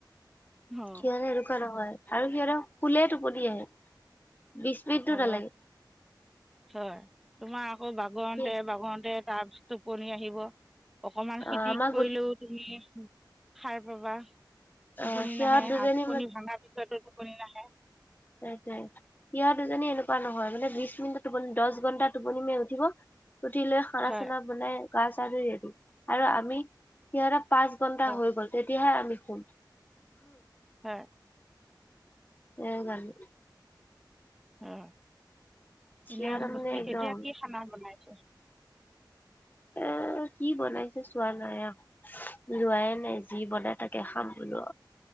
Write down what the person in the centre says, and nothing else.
অ'
অ
হয় তোমাৰ। আকৌ বাগৰতে
বাগৰতে তাৰপিছত টোপনি আহিব। অকমান
খিতিক
কৰিলেও
তুমি সাৰ পাবা। টোপনি
নাহে
আৰু টোপনি ভাঙা পিছতো টোপনি নাহে।
হয়
হয়
হয়
অ
এনে
কি
এতিয়া কি খানা বনাই। <inaudible>